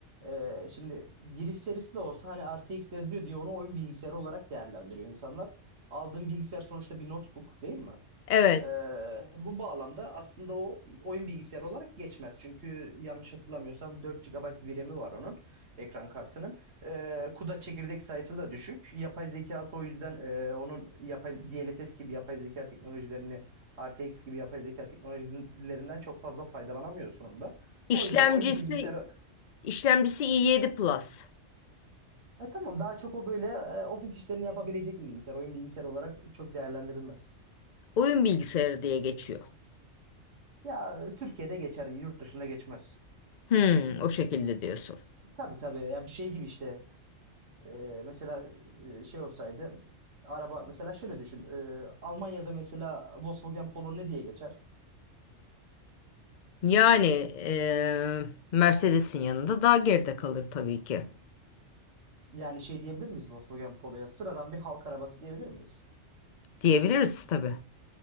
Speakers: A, on the right; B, on the left.
A: E, şimdi giriş serisi de olsa hani RTX yazıyor diye onu oyun bilgisayarı olarak değerlendiriyor insanlar. Aldığın bilgisayar sonuçta bir notebook değil mi?
B: Evet.
A: Ee, bu bağlamda aslında o oyun bilgisayarı olarak geçmez. Çünkü yanlış hatırlamıyorsam 4 GB VRAM'i var onun ekran kartının. Ee, CUDA çekirdek sayısı da düşük. Yapay zekası o yüzden e, onun yapay DLSS gibi yapay zeka teknolojilerini RTX gibi yapay zeka teknolojilerinden çok fazla faydalanamıyorsun onda.
B: İşlemcisi
A: O yüzden oyun bilgisayarı
B: işlemcisi i7 Plus.
A: Ha, tamam daha çok o böyle e, ofis işlerini yapabilecek bir bilgisayar. Oyun bilgisayarı olarak çok değerlendirilmez.
B: Oyun bilgisayarı diye geçiyor.
A: Ya Türkiye'de geçer, yurt dışında geçmez.
B: Hmm, o şekilde diyorsun.
A: Tabii tabii ya bu şey gibi işte e, mesela e, şey olsaydı araba mesela şöyle düşün e, Almanya'da mesela Volkswagen Polo ne diye geçer?
B: Yani e, Mercedes'in yanında daha geride kalır tabii ki.
A: Yani şey diyebilir miyiz Volkswagen Polo'ya sıradan bir halk arabası diyebilir miyiz?
B: Diyebiliriz tabii.